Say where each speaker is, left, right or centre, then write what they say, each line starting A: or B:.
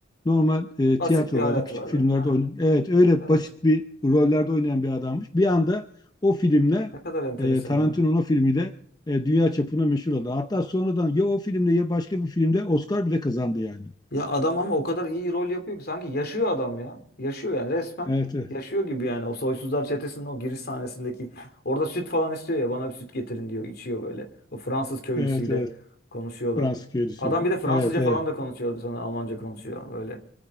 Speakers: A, on the left (about 20°); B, on the left (about 50°).
A: normal e,
B: basit
A: tiyatrolarda,
B: bir hayat
A: küçük
B: vardı.
A: filmlerde
B: Aha,
A: oynayan, evet öyle
B: evet.
A: basit bir rollerde oynayan bir adammış. Bir anda o filmle
B: Ne kadar enteresan
A: e, Tarantino'nun
B: ya.
A: o filmiyle e, dünya çapına meşhur oldu. Hatta sonradan ya o filmle ya başka bir filmde Oscar bile kazandı yani.
B: Ya adam ama o kadar iyi rol yapıyor ki sanki yaşıyor adam ya. Yaşıyor yani resmen.
A: Evet, evet,
B: Yaşıyor gibi yani o Soysuzlar Çetesi'nin o giriş sahnesindeki orada süt falan istiyor ya bana bir süt getirin diyor içiyor böyle. O Fransız köylüsüyle
A: evet, evet.
B: konuşuyorlar.
A: Fransız köylüsüyle.
B: Adam bir de Fransızca
A: Evet, evet.
B: falan da konuşuyordu sonra Almanca konuşuyor böyle.